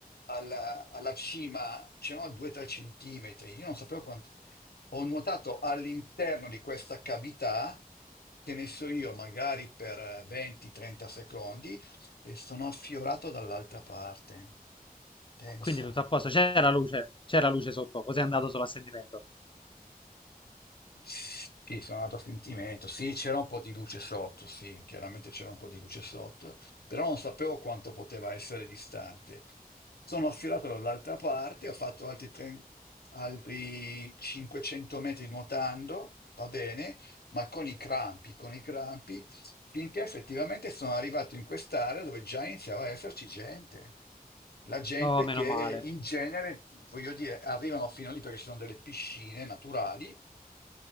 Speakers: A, on the left; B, on the left.
A: alla, alla cima c'erano 2-3 centimetri. Io non sapevo quanto. Ho nuotato all'interno di questa cavità, che ne so io, magari per eh, 20-30 secondi, e sono affiorato dall'altra parte. Pensa.
B: Quindi tutto a posto, c'era la luce, c'era luce sotto, così è andato solo a sentimento.
A: Sì, sono andato a sentimento. Sì, c'era un po' di luce sotto, sì, chiaramente c'era un po' di luce sotto, però non sapevo quanto poteva essere distante. Sono affilato dall'altra parte, ho fatto altri, tre- altri 500 metri nuotando, va bene, ma con i crampi, con i crampi, finché effettivamente sono arrivato in quest'area dove già iniziava a esserci gente. La gente
B: Oh, meno
A: che
B: male.
A: in genere, voglio dire, arrivano fino lì perché ci sono delle piscine naturali